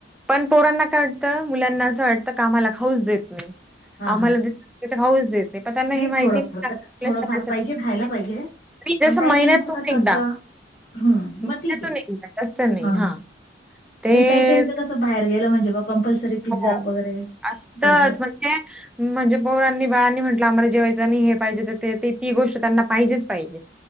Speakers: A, in the centre; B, on the left (about 60°).
A: पण पोरांना काय वाटतं मुलांना असं वाटतं का आम्हाला खाऊच देत नाही
B: हां हां.
A: आम्हाला. तिथ खाऊस देत. पण त्यांना
B: नाही
A: हे माहिती
B: थोडंफार
A: का
B: तर
A: आपल्या
B: थोडंफार
A: शरीरासाठी
B: पाहिजे
A: चांगलं
B: खायला
A: नाही.
B: पाहिजे.
A: आणि
B: पण
A: जसं
B: काय
A: महिन्यातून
B: काईमचं कसं
A: एकदा
B: असतं. हम्म
A: महिन्यातून
B: मग ठीक आहे
A: एकदा जास्त नाही
B: हा.
A: हां. ते
B: म काही काहीच कसं बाहेर गेलं म्हणजे बा कंपल्सरी पिझ्झा
A: हो
B: वगैरे
A: असतंच
B: बर्गर.
A: म्हणजे म्हणजे पौरांनी बाळांनी म्हटलं आम्हाला जेवायचं आणि हे पाहिजे तर ते ती गोष्ट त्यांना पाहिजेच पाहिजे.